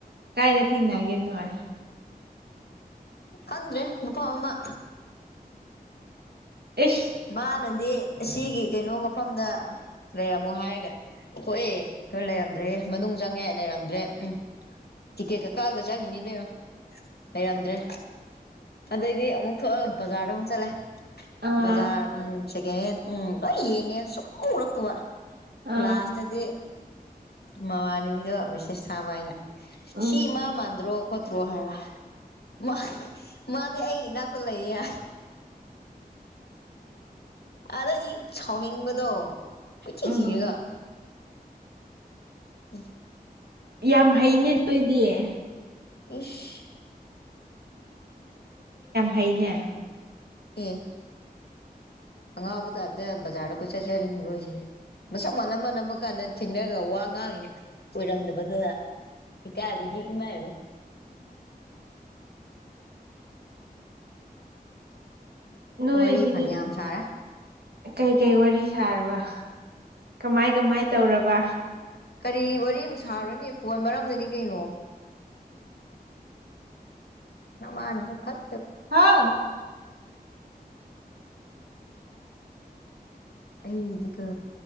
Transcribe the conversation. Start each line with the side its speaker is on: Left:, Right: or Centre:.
Right: ꯀꯥꯏꯗ ꯊꯦꯡꯅꯒꯦ ꯅꯣꯏ
Left: ꯈꯪꯗ꯭ꯔꯦ ꯅꯨꯄꯥ ꯑꯃ
Right: ꯏꯁ
Left: ꯃꯥ ꯅꯟ ꯗꯤ ꯑꯁꯤꯒꯤ ꯀꯩꯅꯣ ꯃꯐꯝꯗ ꯂꯩꯔꯝꯃꯣ ꯍꯥꯏꯔꯒ ꯊꯣꯛꯣꯛꯑꯦ ꯈꯣꯏ ꯂꯩꯔꯝꯗ꯭ꯔꯦ ꯃꯅꯨꯡ ꯆꯪꯉꯦ ꯂꯩꯔꯝꯗ꯭ꯔꯦ ꯎꯝ ꯇꯤꯛꯀꯦꯠꯀ ꯀꯛꯑꯒ ꯆꯪꯉꯤꯅꯦꯕꯦꯝ ꯂꯩꯔꯝꯗ꯭ꯔꯦ ꯑꯗꯩꯗꯤ ꯑꯃꯨꯛ ꯊꯣꯛꯑꯒ ꯕꯖꯥꯔꯗ ꯑꯃꯨꯛ ꯆꯠꯂꯦ
Right: ꯑꯥ
Left: ꯕꯖꯥꯔ ꯎꯝ ꯁꯦꯀꯦꯟ ꯍꯦꯟ ꯎꯝ ꯂꯣꯏ ꯌꯦꯡꯉꯦ ꯁꯨꯡ ꯎꯔꯛꯇꯕ
Right: ꯑꯥ
Left: ꯂꯥꯁꯇꯗꯤ ꯃꯃꯥꯟꯅꯕꯤꯗꯣ ꯃꯤꯁꯦꯁ ꯊꯥꯕ ꯍꯥꯏꯅ
Right: ꯎꯝ
Left: ꯁꯤꯤꯃꯥ ꯃꯗ꯭ꯔꯣ ꯈꯣꯠꯇ꯭ꯔꯣ ꯍꯥꯏꯔ ꯃꯥ ꯃꯥꯗꯤ ꯑꯩ ꯏꯅꯥꯛꯇ ꯂꯩꯌꯦ ꯌꯥꯔ ꯑꯗꯗꯤ ꯁꯥꯎꯅꯤꯡꯕꯗꯣ ꯀꯊꯤ
Right: ꯎꯝ
Left: ꯊꯤꯔꯒ ꯎꯝ
Right: ꯌꯥꯝ ꯍꯩꯅꯦ ꯅꯣꯏꯗꯤꯌꯦ
Left: ꯎꯁ
Right: ꯍꯥꯏꯩꯅꯦ
Left: ꯑꯦꯦ ꯑꯪꯉꯥꯎꯕ ꯇꯔꯗ ꯕꯖꯔ ꯀ ꯑꯆꯔ ꯑꯣꯏꯁꯦ ꯃꯁꯛ ꯃꯥꯟꯅꯝ ꯃꯥꯟꯅꯕ ꯀꯥꯟꯗ ꯊꯦꯡꯅꯔꯒ ꯋꯥ ꯉꯥꯡꯉꯤꯅ ꯑꯣꯏꯔꯝꯗꯕꯗꯨꯗ ꯍ ꯀꯥꯏ ꯏꯃꯕ
Right: ꯅꯣꯏꯁꯤꯗꯤ
Left: ꯋꯥꯔꯤ ꯐꯅꯌꯥꯝ ꯁꯥꯔꯦ
Right: ꯀꯩꯀꯩ ꯋꯥꯔꯤ ꯁꯥꯔꯕ ꯀꯃꯥꯏ ꯀꯃꯥꯏ ꯇꯧꯔꯕ
Left: ꯀꯔꯤ ꯋꯥꯔꯤꯕꯨ ꯁꯥꯔꯅꯦ ꯐꯣꯏ ꯃꯔꯝꯗꯨꯅꯤ ꯀꯩꯅꯣ ꯅꯃꯅꯦ ꯐꯠ
Right: ꯍꯥꯎ
Left: ꯑꯩꯗꯤꯒ